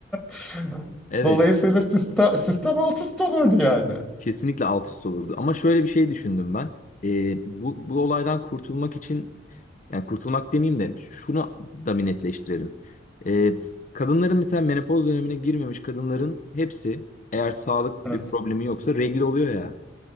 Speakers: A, in the centre; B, on the left.
A: <laughs>
B: Evet,
A: Dolayısıyla sistem, sistem alt üst olurdu yani.
B: kesinlikle alt üst olurdu. Ama şöyle bir şey düşündüm ben. Ee, bu, bu olaydan kurtulmak için, yani kurtulmak demeyeyim de şunu da bir netleştirelim. Ee, kadınların mesela menopoz dönemine girmemiş kadınların hepsi eğer sağlık
A: Evet.
B: bir problemi yoksa regl oluyor ya.